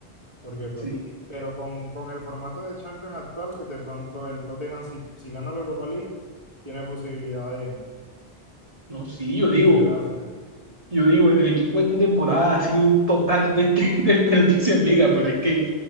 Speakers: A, on the left; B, on the right.
A: porque pues,
B: Sí,
A: pero con, con el formato de Champions actual, que de pronto el Tottenham, si, si gana la Europa League, tiene posibilidad de,
B: No, sí, yo
A: de
B: digo,
A: llegar a la final,
B: yo digo, el equipo de esta temporada ha sido un total de <laughs> desperdicio en liga, pero es que